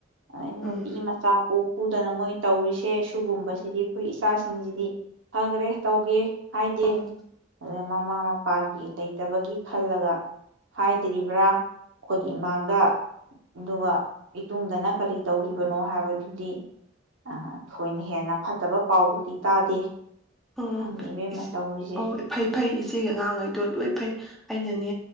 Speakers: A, on the right (about 85°); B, in the centre.
A: ꯑꯗ
B: ꯎꯝ
A: ꯅꯨꯄꯤ ꯃꯆꯥꯄꯣꯛ ꯍꯗ ꯅ ꯃꯣꯏ ꯇꯧꯔꯤꯁꯦ ꯁꯤꯒꯨꯝꯕꯁꯤꯗꯤ ꯑꯩꯈꯣꯏ ꯏꯆꯥꯁꯤꯡꯁꯤꯗꯤ ꯐꯈ꯭ꯔꯦ ꯇꯧꯒꯦ ꯍꯥꯏꯗꯤ
B: ꯑꯧ
A: ꯑ ꯃꯃꯥ ꯃꯄꯥꯒꯤ ꯇꯇꯕꯒꯤ ꯈꯜꯂꯒ ꯍꯥꯏꯗ꯭ꯔꯤꯕ꯭ꯔꯥ ꯑꯩꯈꯣꯏꯒꯤ ꯏꯃꯥꯡꯗ ꯑꯗꯨꯒ ꯏꯇꯨꯡꯗꯅ ꯀꯔꯤ ꯇꯧꯔꯤꯕꯅꯣ ꯍꯥꯏꯕꯗꯨꯗꯤ ꯑ ꯊꯣꯏꯅ ꯍꯦꯟꯅ ꯐꯠꯇꯕ ꯄꯥꯎꯕꯨꯗꯤ ꯇꯥꯗꯦ
B: ꯎꯝ
A: ꯈꯪꯗꯦ ꯏꯕꯦꯝꯃ ꯇꯧꯔꯤꯁꯦ
B: ꯑꯣ ꯐꯩ ꯐꯩ ꯏꯆꯦꯒ ꯑꯉꯥꯡꯉꯩꯗꯣ ꯂꯣꯏ ꯐꯩ ꯑꯩꯅꯅꯦ